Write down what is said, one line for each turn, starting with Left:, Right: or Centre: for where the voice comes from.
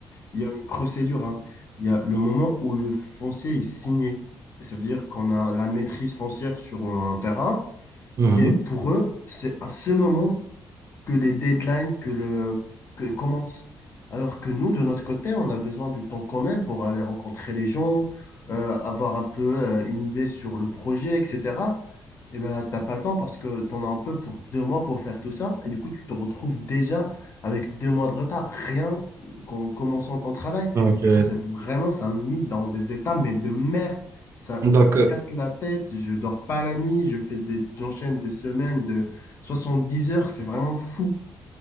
Left: il y a une procédure, hein. Il y a le moment où le foncier est signé. Ça veut dire qu'on a la maîtrise foncière sur un terrain.
Right: Mhm.
Left: Et pour eux, c'est à ce moment que les deadlines que le, que commencent. Alors que nous, de notre côté, on a besoin du temps quand même pour aller rencontrer les gens, euh, avoir un peu euh, une idée sur le projet, etc. Et ben, t'as pas le temps parce que tu en as un peu pour deux mois pour faire tout ça. Et du coup, tu te retrouves déjà avec deux mois de retard, rien qu'en commençant ton travail.
Right: Ok.
Left: Et ça, c'est vraiment, ça me met dans des états, mais de merde. Ça, ça
Right: Donc,
Left: me
Right: euh,
Left: casse la tête, je dors pas la nuit, je fais des, j'enchaîne des semaines de, 70 heures, c'est vraiment fou.